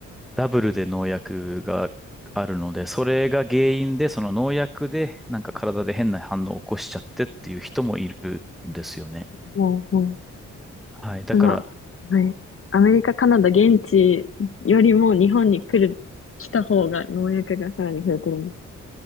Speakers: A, in the centre; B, on the left.
A: ダブルで農薬があるので、それが原因で、その農薬で、なんか体で変な反応を起こしちゃってっていう人もいるんですよね。
B: ほうほう
A: はい。だから、
B: その、はい。アメリカ、カナダ、現地よりも日本に来る、来た方が農薬がさらに増えてるんです。